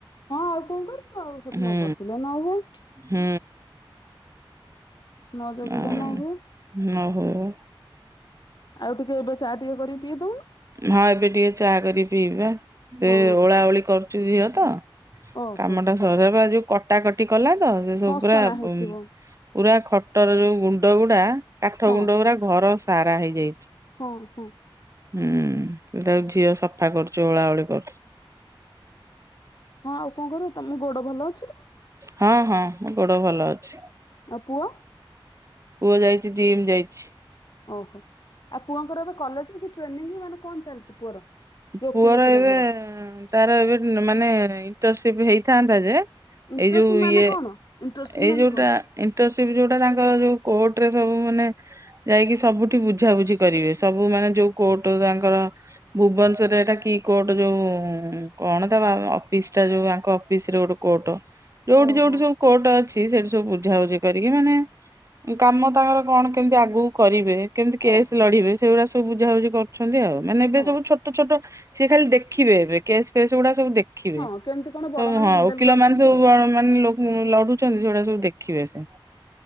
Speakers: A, on the left; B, on the right.
A: ହଁ ଆଉ କଣ କରିବୁ ଆଉ ସେଠି
B: ହୁଁ
A: ନ ବସିଲେ ନ ହୁଏ।
B: ହୁଁ।
A: ନ ଜଗିଲେ
B: ଆଉ
A: ନ ହୁଏ।
B: ନହୁଏ ବା।
A: ଆଉ ଟିକେ ଏବେ ଚା ଟିକେ କରିକି ପିଇଦଉନୁ।
B: ହଁ ଏବେ ଟିକେ ଚାହା କରିକି ପିଇବିବା ସେ
A: ହଁ
B: ଓଳା ଓଳି କରୁଛି ଝିଅ ତ।
A: ଓହୋ।
B: କାମଟା ସରିବା କୁ କଟାକଟି କଲା ତ ସେ ସବୁ
A: ହଁ ଅସନା
B: ପୁରା
A: ହେଇଥିବ
B: ପୁରା ଖଟର ଯୋଉ ଗୁଣ୍ଡ ଗୁଡା କାଠ
A: ହଁ
B: ଗୁଣ୍ଡ ଗୁରା ଘର ସାରା ହେଇଯାଇଛି।
A: ହଁ ହଁ।
B: ହୁଁ, ତାକୁ ଝିଅ ସଫା କରୁଛି ଓଳା ଓଳି କରୁଛି।
A: ହଁ ଆଉ କଣ କରିବୁ, ତମ ଗୋଡ ଭଲ ଅଛି ତ?
B: ହଁ ହଁ ମୋ ଗୋଡ ଭଲ ଅଛି।
A: ଆ ପୁଅ?
B: ପୁଅ ଯାଇଛି ଜିମ ଯାଇଛି।
A: ଓହୋ, ଆଉ ପୁଅଙ୍କର ଏବେ କଲେଜ କି ଟ୍ରେନିଂ ମାନେ କଣ ଚାଲିଛି ପୁଅର? ଯୋଉ
B: ପୁଅର
A: ଓକିଲାତିରେ
B: ଏବେ
A: ଆମର
B: ତାର ଏବେ ମାନେ ଇଣ୍ଟରନସିପ ହେଇଥାନ୍ତା ଯେ ଏଇ
A: ଇଣ୍ଟରସିପ
B: ଯୋଉ
A: ମାନେ
B: ଇଏ
A: କଣ ଇଣ୍ଟରସିପ
B: ଏଇ
A: ମାନେ
B: ଯୋଉଟା
A: କଣ
B: ଇଣ୍ଟରସିପ ଯୋଉଟା ତାଙ୍କର ଯୋଉ କୋଟ ରେ ସବୁ ମାନେ ଯାଇକି ସବୁଠି ବୁଝାବୁଝି କରିବେ ସବୁ ମାନେ ଯୋଉ କୋର୍ଟ ତାଙ୍କର ଭୁବନ କି କୋର୍ଟ ଯୋଉଁ କଣ ତା ଅଫିସ ଟା ଯୋଉ ଆଙ୍କ ଅଫିସରେ ଗୋଟେ କୋର୍ଟ। ଯୋଉଠି
A: ଓହୋ
B: ଯୋଉଠି ସବୁ କୋର୍ଟ ଅଛି ସେଠି ସବୁ ବୁଝାବୁଝି କରିକି ମାନେ କାମ ତାଙ୍କର କଣ କେମିତି ଆଗକୁ କରିବେ। କେମିତି କେସ୍
A: ଓହୋ
B: ଲଢିବେ ସେଗୁଡା ସବୁ ବୁଝାବୁଝି କରଛନ୍ତି ଆଉ ମାନେ ଏବେ
A: ହଁ।
B: ସବୁ ଛୋ ଛୋଟ ଛୋଟ ସିଏ ଖାଲି ଦେଖିବେ ଏବେ କେସ୍ ଫେସ୍ ଗୁଡା ସବୁ ଦେ ଖିବେ
A: ହଁ କେମିତି କଣ
B: ତ
A: ବଡ ମାନେ
B: ହଁ
A: ହ୍ୟାଣ୍ଡେଲ
B: ଓକିଲ
A: କରୁଛନ୍ତି
B: ମାନେ ସବୁ
A: ଆଉ।
B: କଣ ମାନେ ଲୋ ଲଢୁଛନ୍ତି ସେଗୁଡା ସବୁ ଦେଖିବେ ସେ।